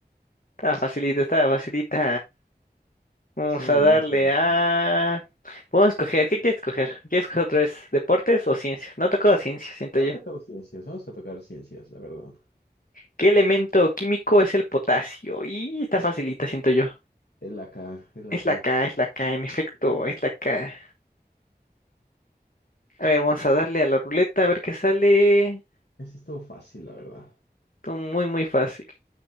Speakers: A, on the left (about 55°); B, on the left (about 75°).
A: Está facilita, está facilita. Vamos
B: Somos
A: a
B: buenísimos.
A: darle a... Vamos a escoger, ¿qué quieres escoger? ¿Quieres escoger otra vez deportes o ciencias? No tocó ciencias, siento
B: No
A: yo.
B: ha tocado ciencias, vamos a tocar ciencias, la verdad.
A: ¿Qué elemento químico es el potasio? Y está facilita, siento yo.
B: Es la K, es la
A: Es
B: K.
A: la K, es la K, en efecto,
B: Así
A: es la K. A ver, vamos a darle a la ruleta a ver qué sale.
B: es. Es todo fácil, la verdad.
A: Esto muy, muy fácil.